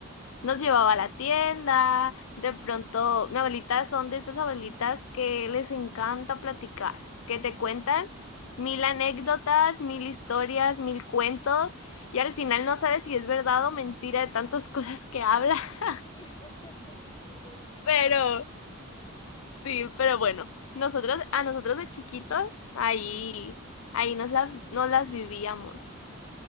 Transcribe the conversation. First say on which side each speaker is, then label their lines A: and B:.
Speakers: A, on the left (about 65°); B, on the left (about 20°).
A: nos llevaba a la tienda, de pronto, mi abuelita son de estas abuelitas que les encanta platicar, que te cuentan mil anécdotas, mil historias, mil cuentos, y al final no sabes si es verdad o mentira de tantas <laughs> cosas que habla,
B: Sí,
A: <laughs>
B: <laughs> sí, mi abuelita es
A: pero
B: igual.
A: sí, pero bueno, nosotros, a nosotros de chiquitos, ahí, ahí nos la- nos las vivíamos.